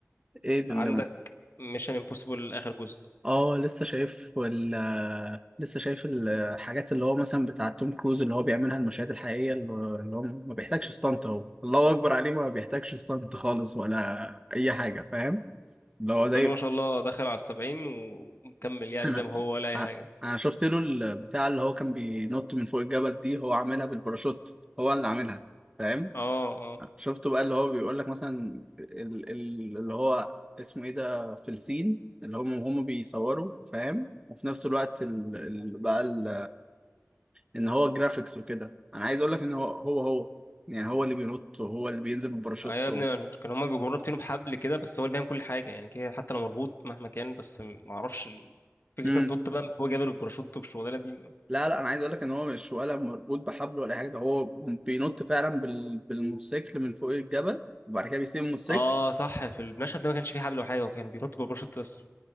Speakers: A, on the right; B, on the left.
A: ايه اللي
B: عندك
A: ممكن.
B: ميشن امبوسيبل اخر جزء
A: اه لسه شايف ال... لسه شايف الحاجات اللي هو مثلا بتاع توم كروز اللي هو بيعملها المشاهد الحقيقيه اللي هو اللي هو ما بيحتاجش ستانت هو الله اكبر عليه ما بيحتاجش ستانت خالص ولا اي حاجه فاهم اللي هو
B: الراجل
A: زي
B: ما شاء الله دخل على السبعين ومكمل يعني
A: انا
B: زي ما هو ولا اي
A: ع-
B: حاجه
A: انا شفت له البتاع اللي هو كان بينط من فوق الجبل دي هو عاملها بالباراشوت هو اللي عاملها فاهم
B: اه آه.
A: شفته بقى اللي هو بيقول لك مثلا ال- ال- اللي هو اسمه ايه ده في الصين اللي هم هم بيصوروا فاهم وفي نفس الوقت ال... ال... بقى ال... ان هو جرافيكس وكده انا عايز اقول لك ان هو هو هو يعني هو اللي بينط وهو اللي بينزل بالباراشوت
B: ايوه يا ابني
A: و...
B: كان هما بيجروا رابطينه بحبل كده بس هو اللي بيعمل كل حاجه يعني كده حتى لو مربوط مهما كان بس ما اعرفش ال- فكره
A: مم.
B: إنت تنط بقى من فوق جبل والباراشوت والشغلانه دي
A: لا لا انا عايز اقول لك ان هو مش ولا مربوط بحبل ولا أي حاجه ده هو بينط فعلا بال... بالموتوسيكل من فوق الجبل وبعد كده بيسيب الموتوسيكل
B: اه صح في المشهد ده ما كانش فيه حبل ولا حاجه وكان بينط بالباراشوت بس